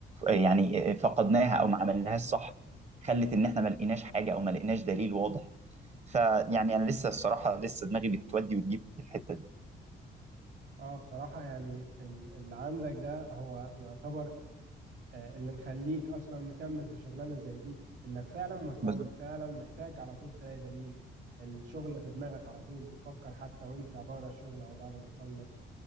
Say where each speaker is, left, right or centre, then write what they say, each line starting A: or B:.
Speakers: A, on the right (about 35°); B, on the right (about 70°).
A: يعني آه، فقدناها او ما عملناهاش صح خلت ان احنا ما لقيناش حاجه او ما لقيناش دليل واضح فيعني انا لسه الصراحه لسه دماغي بتودي وتجيب في الحته دي
B: اه بصراحة يعني ال- اللي عندك ده هو يعتبر آه، اللي مخليك أصلا مكمل في شغلانة زي دي إنك فعلا مهتم
A: بالظبط.
B: فعلا محتاج على طول تلاقي دليل الشغل في دماغك على طول بتفكر حتى وانت بره الشغل أو بعد ما تخلص